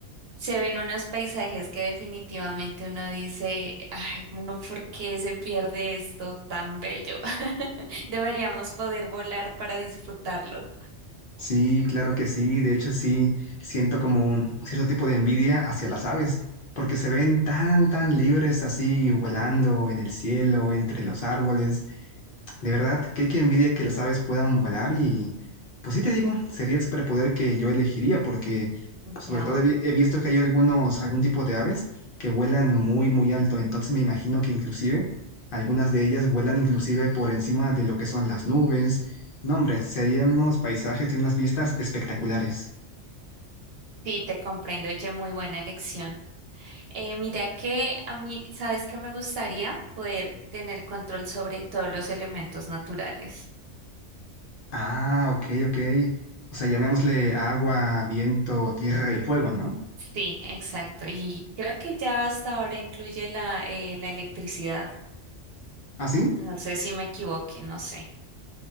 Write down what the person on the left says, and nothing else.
sí, claro que sí. De hecho, sí, siento como un cierto tipo de envidia hacia las aves. porque se ven tan, tan libres así volando en el cielo, entre los árboles. De verdad, qué, qué envidia que las aves puedan volar y pues sí te digo, sería el superpoder que yo elegiría porque sobre
todo he, vi- he visto que hay algunos, algún tipo de aves que vuelan muy muy alto, entonces me imagino que inclusive algunas de ellas vuelan inclusive por encima de lo que son las nubes. No, hombre, serían unos paisajes y unas vistas espectaculares.
Ah, ok, ok. O sea, llamémosle agua, viento, tierra y fuego, ¿no?
¿Ah, sí?